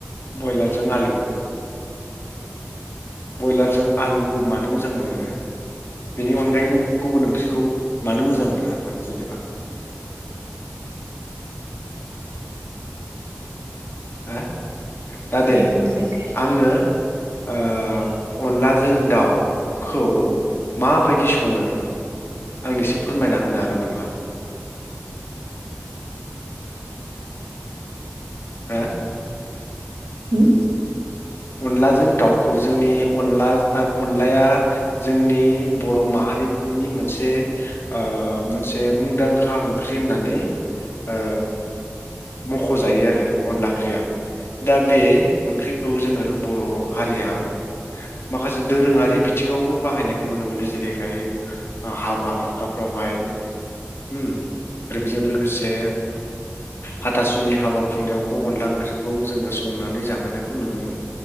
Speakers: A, on the left; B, on the right.
A: ब्रयलारजों आलु बयलारजों आलुखौ मानो मोजां मोनो नोङो बेनि अनगायै नों गुबुन ओंख्रिखौ मानो मोजां मोना मानो जेनेबा-? आ दा दे
B: जि मोजांखा
A: आंनो ओ अनलाजों दाउखौ माबायदि सङो आंनि एसे फोरमायना होनो हागोन नामा? हो
B: होम
A: अनलाजों दाउखौ जोंनि अनला अनलाया जोंनि बर' माहारिनि मोनसे ओ मोनसे मुंदांखा ओंख्रि होननानै ओ मख'जायो आरो अनला ओंख्रिया दा बे ओंख्रि खौ जोङो बर' हारिया माखासे दोरोङारि बिथिङावबो बाहायनायखौ नुनो मोनो जेरैहाय ओ हाबा हुखाफ्रावहाय आरो होम बेजों लोगोसे हाथासुनि हाबा खुंनायावबो अनला ओंख्रिखौ जोङो संनानै जाहोनो खौ नुनो मोनो